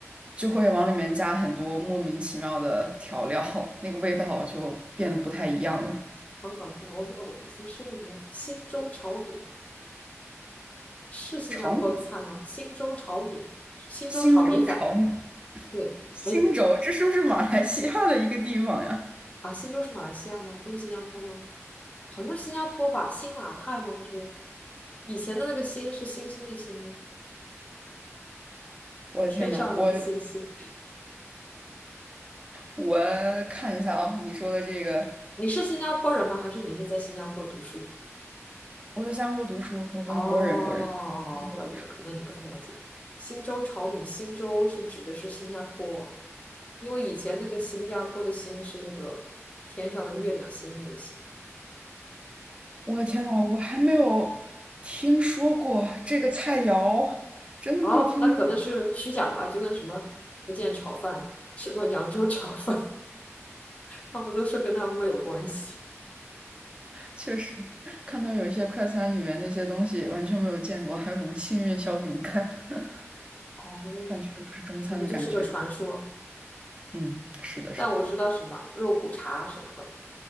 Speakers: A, on the right (about 25°); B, on the left (about 30°).
A: 就会往里面加很多莫名其妙的调料，那个味道就变得不太一样了。
B: 好搞笑！我我以前吃那个什么新州炒米，是新加坡的菜吗？
A: <laughs> 炒米，
B: 新州炒米，新州炒米粉，
A: 新州炒米。
B: 对，
A: 新州，
B: 没。
A: 这是不是马来西亚的一个地方呀？
B: 啊，新州是马来西亚吗？不是新加坡吗？好像是新加坡吧，新马泰吗？不是，以前的那个新是星星的星吗
A: 我的天呐，
B: 天上的星星。
A: 我我看一下啊，你说的这个，
B: 你是新加坡人吗？还是你是在新加坡读书的？
A: 我在新加坡读书，我是国人，
B: 哦，
A: 国人，新加坡读书。
B: 怪不得，可能你不太了解。新州炒米，新州是指的是新加坡，因为以前那个新加坡的星是那个天上的月亮星星的星。
A: 我的天呐，我还没有听说过这个菜肴，真的没有听说过。
B: 哦，那可能是虚假的吧，就跟什么福建炒饭、什么扬州炒饭，<laughs> 他们都说跟他们没有关系。
A: 确实，看到有一些快餐里面那些东西完全没有见过，还有什么幸运小饼干，<laughs>
B: 哦，
A: 完全不是中餐的感觉。
B: 可能就是个传说，
A: 嗯，是的，
B: 但我知道什么肉骨茶什么的。
A: 是的，